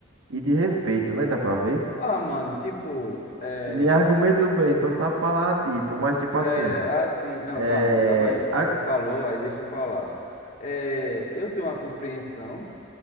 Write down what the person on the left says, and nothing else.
Ah, mano, tipo, é,
é
assim. Não,
calma, calma aí. Você
falou, aí deixa eu falar. Eh, eu tenho uma compreensão.